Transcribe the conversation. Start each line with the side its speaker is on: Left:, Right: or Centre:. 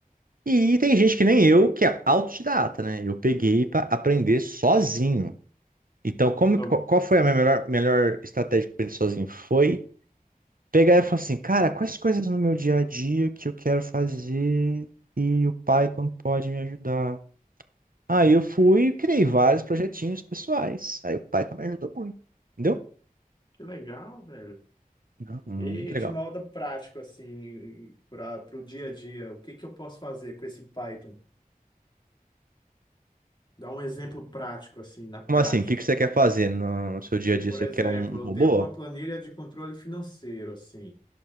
Right: E tem gente que nem eu, que é autodidata, né? Eu peguei para aprender sozinho. Então, como,
Left: Tô-
Right: que- qual foi a minha melhor, melhor estratégia para aprender sozinho? Foi pegar e falar assim, cara, quais coisas no meu dia a dia que eu quero fazer e o Python pode me ajudar? Aí eu fui e criei vários projetinhos pessoais. Aí o pai também ajudou muito, entendeu?
Left: Que legal, velho.
Right: Não, Muito
Left: E
Right: legal.
Left: de modo prático assim, para o dia a dia, o que que eu posso fazer com esse Python? Dá um exemplo prático assim, na prática.
Right: Como assim? O que que você quer fazer no seu dia a dia?
Left: Por
Right: Você
Left: exemplo,
Right: quer um
Left: eu
Right: robô?
Left: tenho uma planilha de controle financeiro, assim.